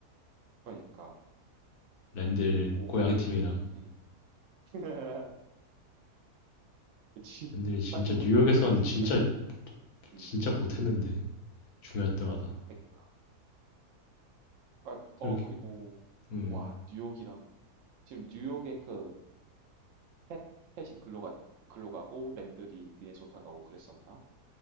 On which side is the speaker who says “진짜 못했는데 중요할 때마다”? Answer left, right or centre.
Left